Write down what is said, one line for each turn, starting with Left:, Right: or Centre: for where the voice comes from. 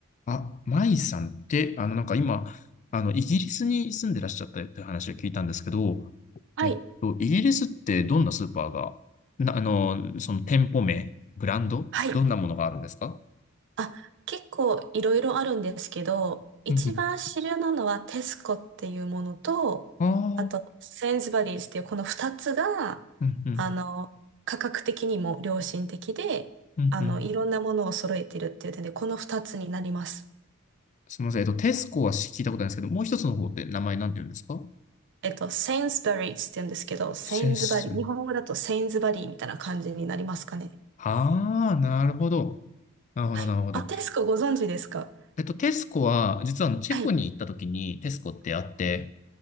Left: あ、マイさんって、あの、なんか今、あの、イギリスに住んでらっしゃったって話を聞いたんですけど、
Right: はい。
Left: えっと、イギリスってどんなスーパーが、な、あの、その店舗名、ブランド、
Right: はい。
Left: どんなものがあるんですか
Right: あ、結構いろいろあるんですけど、一番主流なのはテスコっていうものと、
Left: うんうん。ああ、
Right: あと、センズバリーズっていうこの二つが、
Left: うんうん、
Right: あの、価格的にも良心的で、
Left: うんうん。
Right: あの、いろんなものを揃えてるっていう点で、この二つになります。
Left: すみません。えっと、テスコは聞いたことないんですけど、もう一つの方って名前なんて言うんですか
Right: えっと、センズバリーズって言うんですけど、セインズバリー、
Left: セス。
Right: 日本語だとセインズバリーみたいな感じになりますかね。
Left: ああ、なるほど。なるほど、
Right: はい。
Left: なるほど。
Right: あ、テスコご存知ですか
Left: えっと、テスコは、実はあの、チェコに行った時にテスコってあって、
Right: はい。